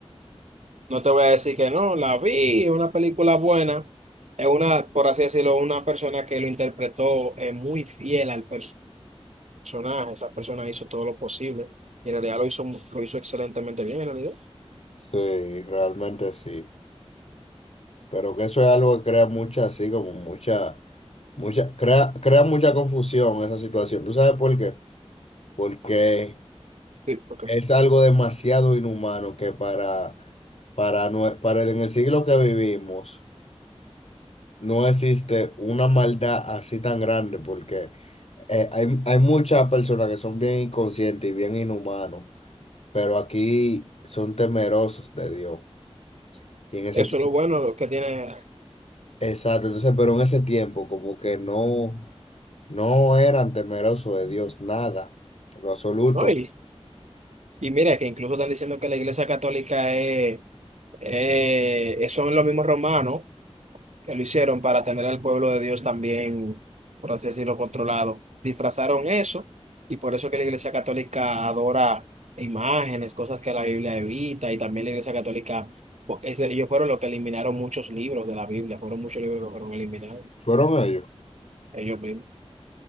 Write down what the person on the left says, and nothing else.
Sí, realmente sí. Pero que eso es algo que crea mucha, así como mucha, mucha, crea, crea mucha confusión esa situación. ¿Tú sabes por qué? Porque
es algo demasiado inhumano que para, para, nue- para el- en el siglo que vivimos no existe una maldad así tan grande porque eh, hay, hay muchas personas que son bien inconscientes y bien inhumanos, pero aquí son temerosos de Dios. Y en ese
Exacto, entonces, pero en ese tiempo como que no, no eran temerosos de Dios, nada, en lo absoluto.
Fueron ellos.